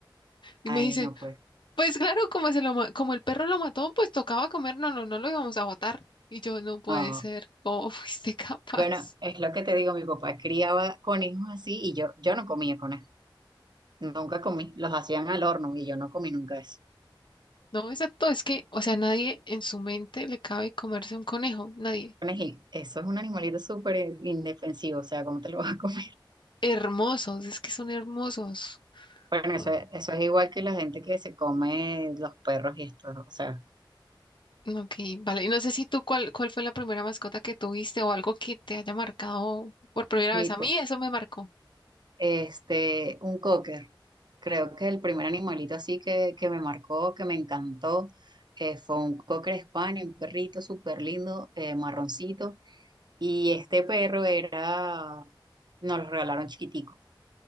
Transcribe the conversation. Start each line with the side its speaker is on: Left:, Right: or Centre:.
Left: Y
Right: Ay,
Left: me dicen,
Right: no puede.
Left: pues claro, como, se lo, ma- como el perro lo mató, pues tocaba comer, no, no, no lo íbamos a botar. Y yo, no puede
Right: No.
Left: ser, ¿cómo <laughs> fuiste capaz?
Right: Bueno, es lo que te digo, mi papá criaba conejos así y yo, yo no comía conejos. Nunca comí. Los hacían al horno y yo no comí nunca eso.
Left: No, exacto, es que, o sea, nadie en su mente le cabe comerse un conejo, nadie.
Right: conejito, eso es un animalito súper indefensivo, o sea, ¿cómo te lo vas a comer? <laughs>
Left: Hermosos, es que son hermosos.
Right: Bueno, eso,
Left: O-
Right: es- eso es igual que la gente que se come los perros y esto, o sea,
Left: Ok, vale. Y no sé si tú cuál, cuál fue la primera mascota que tuviste o algo que te haya marcado por primera
Right: meatball.
Left: vez. A mí eso me marcó.
Right: Este, un cocker, creo que el primer animalito así que, que me marcó, que me encantó, eh, fue un cocker español, un perrito súper lindo, eh, marroncito, y este perro era, nos lo regalaron chiquitico,